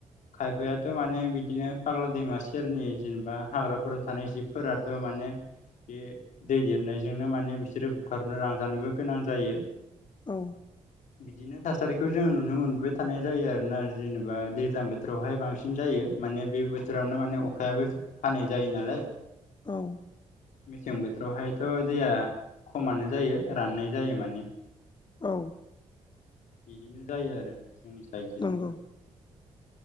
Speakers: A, on the left; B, on the left.
A: खायफाया थ माने बि बिदिनो फाग्ला दैमा सेरनि जेनेबा हाग्राफोराव थानाय जिबफोराथ' माने बे दै देरनायजोंनो माने बिसोरो बुखारनो लांजानोबो गोनां जायो।
B: औ।
A: बिदिनो थासारिखौ जोङो नुनो मोनबाय थानाय जायो आरोना जेनेबा दैज्लां बोथोरावहाय बांसिन जायो। माने बे बोथोरावनो माने अखायाबो हानाय जायो नालाय
B: औ
A: मेसें बोथोरावहायथ' दैया खमानो जायो राननाय जायो माने
B: औ।
A: बिदिनो जायो आरो जोंनि थिंजायबो
B: नंगौ